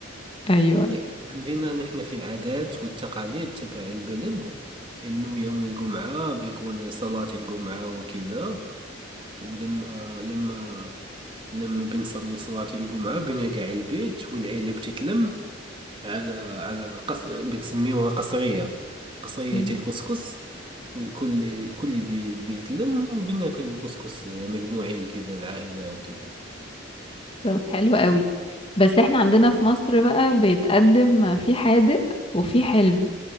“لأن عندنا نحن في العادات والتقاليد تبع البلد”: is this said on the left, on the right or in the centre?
Right